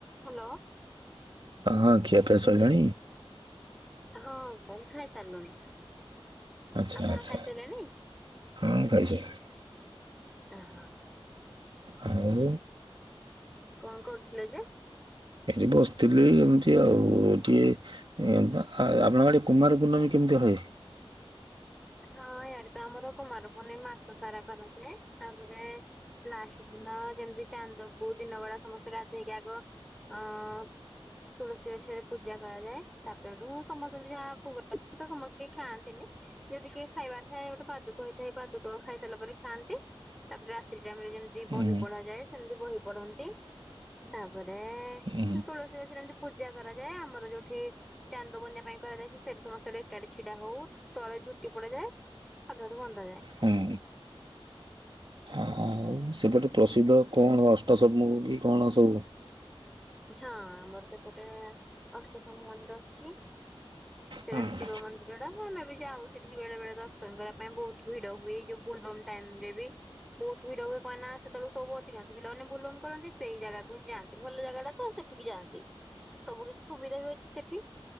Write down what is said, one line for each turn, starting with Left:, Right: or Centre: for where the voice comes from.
Centre: Hello.
Right: ହଁ, ଖିଆପିଆ ସଇଲାଣି।
Centre: ହଁ ଖାଇ ସାରିଲୁଣି।
Right: ଆଚ୍ଛା
Centre: ଆପଣ
Right: ଆଚ୍ଛା
Centre: ଖାଇ ସାରିଲେଣି ହଁ,
Right: ହଁ ଖାଇସାରିଲିଣି।
Centre: ହଁ।
Right: ଆଉ
Centre: କଣ କରୁଥିଲେ ଯେ?
Right: ଏଠି ବସିଥିଲି ଏମିତି ଆଉ ଏଇଠି। ଆପଣଙ୍କ ଆଡ଼େ କୁମାର ପୂଣ୍ଣମୀ କେମିତି ହୁଏ।
Centre: ହଁ, ଇଆଡ଼େ ତ ଆମର କୁମାର ପୂର୍ଣ୍ଣିମ ମାସ ସାରା କରାଯାଏ ତାପରେ। ଲାଷ୍ଟ୍ ଦିନ ଯେମିତି ଚାନ୍ଦକୁ ଦିନ ବେଳା ସମସ୍ତେ ଗାଧେଇକି ଆଗ ଅଁ ତୁଳସୀ ଗଛରେ ପୂଜା କରାଯାଏ ତାପରେ ଏଠୁ ସମସ୍ତେ ଯାହା ଭୋଗ ସମସ୍ତେ କେହି ଖାଆନ୍ତିନି। ଯଦି କିଏ ଖାଇବାର ଥାଏ ଗୋଟେ ପାଦୁକ ହେଇଥାଏ ପାଦୁକ ଖାଇସାରିଲା ପରେ ଖାଆନ୍ତି। ତାପରେ ରାତି ଟା ଆମେ ଯେମିତି
Right: ହୁଁ
Centre: ବହି ପଢାଯାଏ ସେମିତି ବହି ପଢ଼ନ୍ତି। ତାପରେ
Right: ହୁଁ
Centre: ତୁଳସୀ ଗଛରେ ଏମତି ପୂଜା କରାଯାଏ ଆମର ଯୋଉଠି ଚାନ୍ଦ ବନ୍ୟା ପାଇଁ କହାଯାଏ ସେଠି ସମସ୍ତେ ଏକାଠି ଛିଡା ହଉ ତଳେ ଝୁ ଝୋଟି ପଡ଼ାଯାଏ ତାପରେ ଏଠି ବନ୍ଦା ଯାଏ।
Right: ହୁଁ। ହୁଁ ଆଉ ସେପଟେ ପ୍ରସିଦ୍ଧ କଣ ଅଷ୍ଟସବୁ କି କଣ ସବୁ।
Centre: ହଁ ଆମର ଏପଟେ ଅଷ୍ଟସମ୍ଭୁ ମନ୍ଦିର ଅଛି। ସେଟା
Right: ହୁଁ
Centre: ଶିବ ମନ୍ଦିର ଟା। ଆମେ ବି ଯାଉ ସେଠିକି ବେଳେ ବେଳେ ଦର୍ଶନ କରିବା ପାଇଁ ବହୁତ୍ ଭିଡ ହୁଏ ଯୋଉ ବୋଲ ବୋମ ଟାଇମ୍‌ରେ ବି ବହୁତ୍ ଭିଡ଼ ହୁଏ କଣ ନା ସେତେବେଳ ସବୁ ଅଧିକାଂଶ ପିଲାମାନେ ବୋଲ୍ ବୋମ କରନ୍ତି ସେଇ ଜାଗାକୁ ହିଁ ଯାଆନ୍ତି ଭଲ ଜାଗା ଟା ହଁ ସେଠିକି ଯାଆନ୍ତି ସବୁ କିଛି ସୁବିଧା ବି ଅଛି ସେଠି।